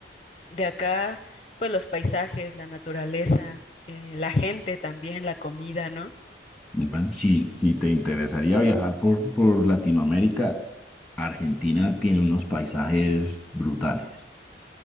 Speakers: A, on the left (about 35°); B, in the centre.
A: de acá, pues los paisajes, la naturaleza, eh, la gente también, la comida, ¿no?
B: Y Bueno, si, si te interesaría viajar por, por Latinoamérica, Argentina tiene unos paisajes brutales,